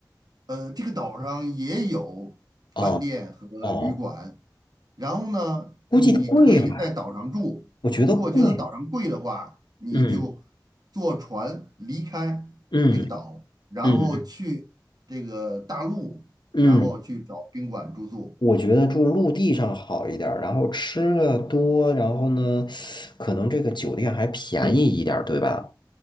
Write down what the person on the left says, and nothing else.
哦哦
估计贵吧，
我觉得贵。
嗯
嗯
嗯嗯嗯，
我觉得住陆地上好一点儿，然后吃的多，然后呢，可能这个酒店还便宜一点儿，对吧？